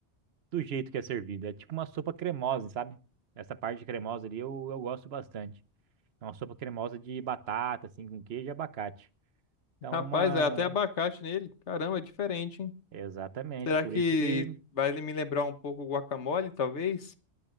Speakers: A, on the right (about 65°); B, on the left (about 85°).
A: do jeito que é servido. É tipo uma sopa cremosa, sabe? Essa parte cremosa ali eu, eu gosto bastante. É uma sopa cremosa de batata, assim, com queijo e abacate. Então
B: Rapaz,
A: é uma.
B: é até abacate nele. Caramba, é diferente, hein?
A: Exatamente,
B: Será
A: por
B: que
A: isso que.
B: vai ele me lembrar um pouco o guacamole, talvez?